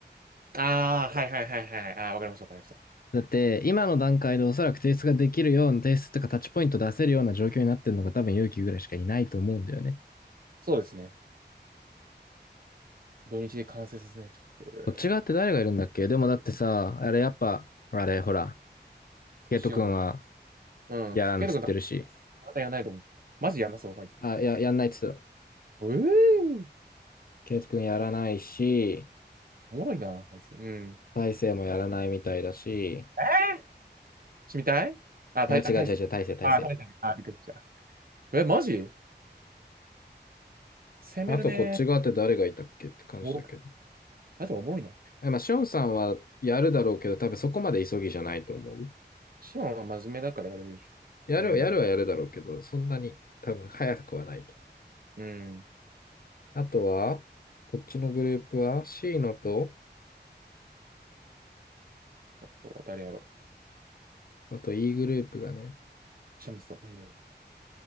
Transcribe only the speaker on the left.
だって、今の段階でおそらく提出ができるような、提出とかタッチポイント出せるような状況になってるのが多分勇気ぐらいしかいないと思うんだよね。
こっち側って誰がいるんだっけでもだってさ、あれやっぱ、あれほら、ケイト君は
やらんっつってるし。
あ、
いや、やんないっつってた。
ケイト君やらないし、
大勢もやらないみたいだし、
あ、
違う違う違う、
大勢、大勢。
あとこっち側って誰がいたっけって感じだけど。
えまあ、シオンさんはやるだろうけど、多分そこまで急ぎじゃないと思う。
やる、
やるはやるだろうけど、そんなに多分早くはないと。
あとは、こっちのグループは C のと、
あと E グループがね、